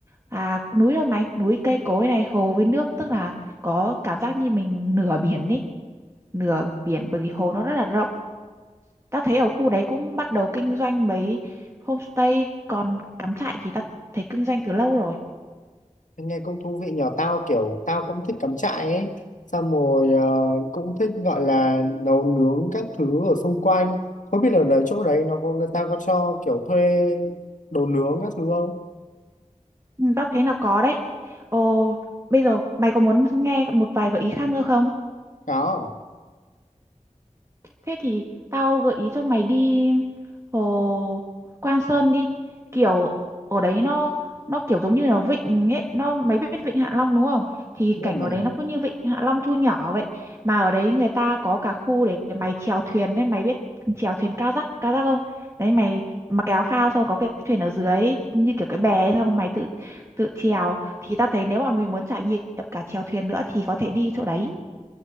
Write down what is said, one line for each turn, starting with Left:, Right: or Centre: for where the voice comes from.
Right: à, núi thôi mày núi cây cối này hồ với nước tức là có cảm giác như mình nửa biển ấy nửa biển bởi vì hồ nó rất là rộng ta thấy ở khu đấy cũng bắt đầu kinh doanh mấy homestay còn cắm trại thì ta thấy kinh doanh từ lâu rồi
Left: nghe cũng thú vị nhỏ tao kiểu tao cũng thích cắm trại ấy xong rồi ờ, cũng thích gọi là nấu nướng các thứ ở xung quanh không biết ở đấy chỗ đấy nó có người ta có cho kiểu thuê đồ nướng các thứ không
Right: Ừ, tao thấy là có đấy. Ồ, bây giờ mày có muốn nghe một vài gợi ý khác nữa không?
Left: có
Right: Thế thì tao gợi ý cho mày đi hồ Quan Sơn đi. Kiểu ở đấy nó nó kiểu giống như là vịnh ấy, nó mày biết vịnh Hạ Long đúng không? Thì
Left: biết
Right: cảnh
Left: mà
Right: ở đấy nó cứ như vịnh Hạ Long thu nhỏ vậy. Mà ở đấy người ta có cả khu để mày chèo thuyền đấy, mày biết chèo thuyền kayak, kayak không? Đấy mày mặc cái áo phao xong có cái thuyền ở dưới như kiểu cái bè ấy, xong mày tự tự chèo thì tao thấy nếu mà mình muốn trải nghiệm cả chèo thuyền nữa thì có thể đi chỗ đấy.